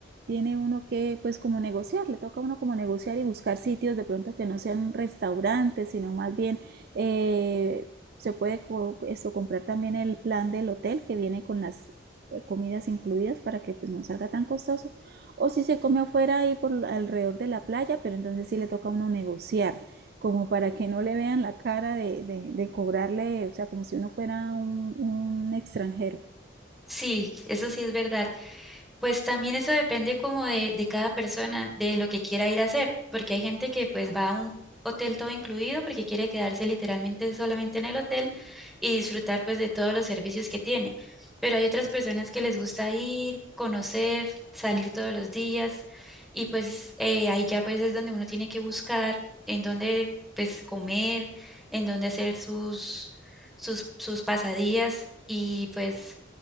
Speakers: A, on the right (about 50°); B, in the centre.
A: Tiene uno que, pues como negociar, le toca a uno como negociar y buscar sitios de pronto que no sean restaurantes, sino más bien eh, se puede co- esto, comprar también el plan del hotel que viene con las eh, comidas incluidas para que pues, no salga tan costoso. O si se come afuera ahí por alrededor de la playa, pero entonces sí le toca a uno negociar, como para que no le vean la cara de, de, de cobrarle, o sea, como si uno fuera un, un extranjero.
B: Sí, eso sí es verdad. Pues también eso depende como de, de cada persona, de lo que quiera ir a hacer, porque hay gente que pues va a un hotel todo incluido porque quiere quedarse literalmente solamente en el hotel y disfrutar pues de todos los servicios que tiene. Pero hay otras personas que les gusta ir, conocer, salir todos los días y pues eh, ahí ya pues es donde uno tiene que buscar en dónde pues comer, en dónde hacer sus, sus, sus pasadías y pues